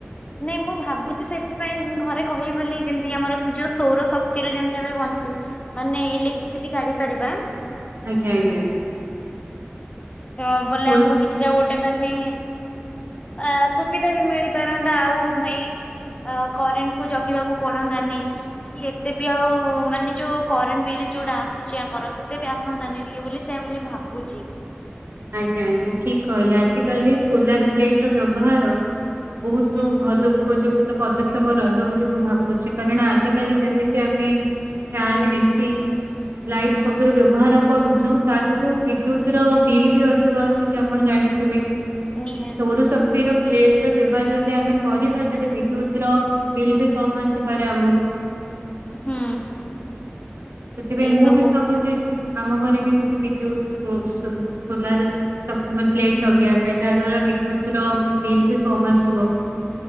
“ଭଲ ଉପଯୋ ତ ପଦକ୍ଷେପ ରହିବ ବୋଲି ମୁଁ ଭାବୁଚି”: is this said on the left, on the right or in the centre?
Right